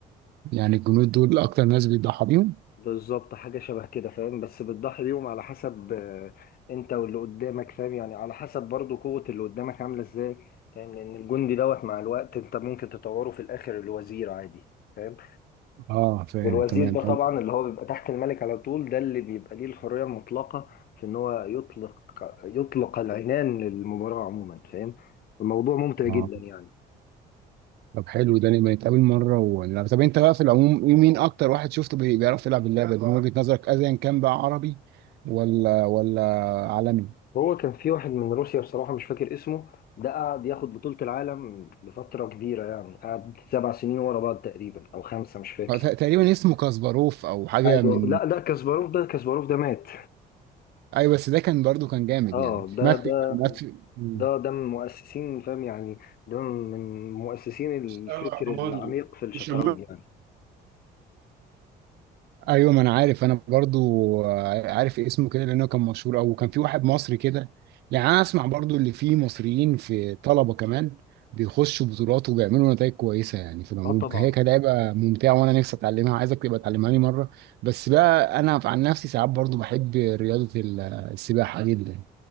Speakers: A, on the right; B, on the left.
A: يعني الجنود دول أكتر ناس بيضحى بيهم
B: بالظبط حاجة شبه كده فاهم بس بتضحي بيهم على حسب آه، انت واللي قدامك فاهم يعني على حسب برضو قوة اللي قدامك عاملة ازاي فاهم لأن الجندي دوت مع الوقت انت ممكن تطوره في الآخر لوزير عادي فاهم
A: اه فاهم
B: والوزير
A: تمام
B: ده
A: حلو
B: طبعا اللي هو بيبقى تحت الملك على طول ده اللي بيبقى ليه الحرية المطلقة في ان هو يطلق يطلق العنان للمباراة عموما فاهم الموضوع ممتع جدا
A: اه
B: يعني
A: طب حلو ده لما نتقابل مرة ولا طب انت بقى في العموم إيه- مين أكتر واحد شفته بي- بيعرف يلعب اللعبة دي من وجهة نظرك أيا كان بقى عربي ولا ولا عالمي
B: هو كان في واحد من روسيا بصراحة مش فاكر اسمه ده قعد ياخد بطولة العالم لفترة كبيرة يعني قعد سبع سنين ورا بعض تقريبا أو خمسة مش فاكر
A: ت- تقريبا اسمه كاسباروف او حاجه
B: ايوه
A: من
B: لا ده كاسباروف ده كاسباروف ده مات
A: ايوه بس ده كان برضو كان جامد
B: اه
A: يعني
B: ده
A: مات
B: ده
A: مات مم.
B: ده ده من مؤسسين فاهم يعني ده من مؤسسين الفكر
A: الرحمن
B: العميق في الشطرنج
A: شمال
B: يعني
A: ايوه ما انا عارف انا برضو عارف اسمه كده لانه كان مشهور او كان في واحد مصري كده يعني انا اسمع برضو اللي فيه مصريين في طلبه كمان بيخشوا بطولات وبيعملوا نتائج كويسه يعني في العموم
B: اه طبعا
A: هي كلعبه ممتعه وانا نفسي اتعلمها عايزك تبقى تعلمها لي مره بس بقى انا عن نفسي ساعات برضو بحب رياضه ال- السباحه جدا